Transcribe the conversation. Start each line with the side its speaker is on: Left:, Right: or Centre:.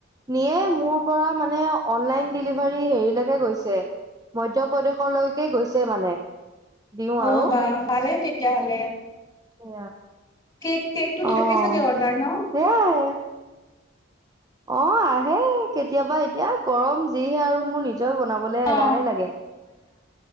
Right: নিয়েই মোৰ পৰা মানে অনলাইন ডেলিভাৰী হেৰিলৈকে গৈছে মধ্য প্ৰদেশলৈকে গৈছে মানে। দিওঁ
Left: অ,
Right: আৰু
Left: বাহ ভালে তেতিয়াহ'লে।
Right: এয়া।
Left: কেক -কেক তো
Right: অ'।
Left: থোকেছাগে অৰ্ডাৰ ন?
Right: সেয়াই অ, আহে কেতিয়াবা এতিয়া গৰম যিহে আৰু মোৰ নি নিজৰ বনাবলে
Left: অ
Right: এলাহে লাগে।